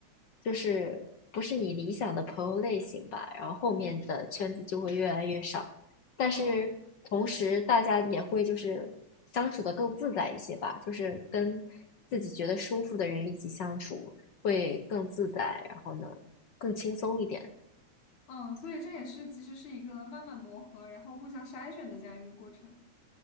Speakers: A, on the left; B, on the left.
A: 就是不是你理想的朋友类型吧。然后后面的圈子就会越来越少。
B: 嗯。
A: 但是同时大家也会就是相处的更自在一些吧，
B: 嗯
A: 就是跟自己觉得舒服的人一起相处会更自在，然后呢更轻松一点。
B: 嗯，所以这也是其实是一个慢慢磨合，然后互相筛选的这样一个过程。